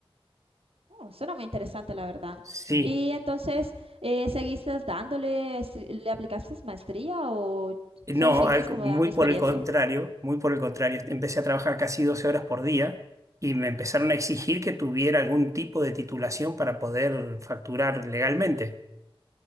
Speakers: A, on the right; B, on the right.
A: Oh, suena muy interesante, la verdad.
B: Sí,
A: Y entonces, eh, ¿seguiste dándole, estu- le aplicaste maestría o
B: No,
A: solo seguiste
B: al
A: como
B: co- muy
A: dando experiencia?
B: por el contrario, muy por el contrario. Empecé a trabajar casi 12 horas por día y me empezaron a exigir que tuviera algún tipo de titulación para poder facturar legalmente.